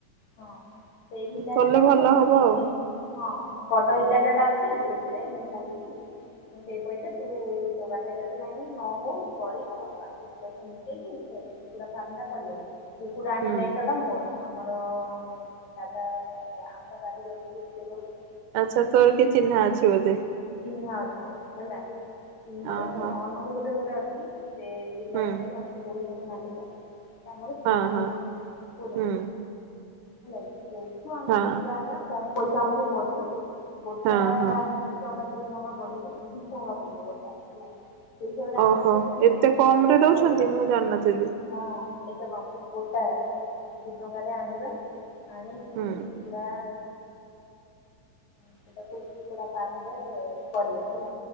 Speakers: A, on the left (about 65°); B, on the right (about 85°).
A: ହଁ ସେଇ ଇଲାକାଟାରେ
B: କଲେ ଭଲ
A: ମୁଁ ଭାବିଛି
B: ହବ ଆଉ
A: ହଁ ବଡ ଇଲାକା ଟା ଅଛି ସେଇଥିରେ ମୁଁ କହୁଛି ସେଇ ପଇସା ତୁ ତୋ ପାଖରେ ଯଦି ନାହିଁ ନ ହଉ ଚଳିବ ଆମେ କିଛି ପଇସା ସେଇଟି କୁକୁଡା ଫାର୍ମ ଟା କରିବା କୁକୁଡା ଆଣିବା
B: ହୁଁ
A: ଦାୟିତ୍ୱ ଟା ମୋର ଆମର ତ ଦାଦା ଆମର ଗାଡ଼ି ଯାଉଛି ଗୋଟେ ଜାଣିଛି।
B: ଆଚ୍ଛା ତୋର କିଏ ଚିହ୍ନା ଅଛି ବୋଧେ।
A: ଚିହ୍ନା ଅଛନ୍ତି ହେଲା ଚିହ୍ନାରୁ
B: ଓହୋ।
A: ଅନୁଗୁଳରେ ଗୋଟେ ଅଛି। ସେ ଇଲାକାରେ
B: ହୁଁ
A: ଜଣେ ଦଉଛନ୍ତି ମାଲିକ ସେ ଆମର
B: ହଁ
A: ଚିହ୍ନା
B: ହଁ
A: ବହୁତ ଚିହ୍ନା ପୁରୁଣା।
B: ହୁଁ
A: ହେଲା ସେଠୁ ଆମେ
B: ହଁ
A: କୁକୁଡ଼ା ଆଣିବା କମ ପଇସା ଆମକୁ ପଡ଼ିବ ଗୋଟା
B: ହଁ ହଁ
A: ଦି ଟଙ୍କା ତିନି ଟଙ୍କା ପଡିବ ଦିଇ ଟଙ୍କା ପଡିବ ଗୋଟା ହେଲା। ସେଇ ହିସାବରେ ଆଣିକି
B: ଓହୋ
A: ଯଦି ଆମେ
B: ଏତେ
A: ଆଣିକି
B: କମ
A: କିଛିଟା
B: ରେ ଦଉଛନ୍ତି
A: ଛାଡ଼ିଦେବା
B: ମୁଁ ଜାଣିନଥିଲି।
A: ହଁ ଏତେ କମରେ ଗୋଟା ଦି ଟଙ୍କାରେ ଆଣିବା ଆଣିକି
B: ହୁଁ
A: ପୁରା ସେଇଟାକୁ କୁକୁଡ଼ା ଫାର୍ମରେ କରିବା ହେଲା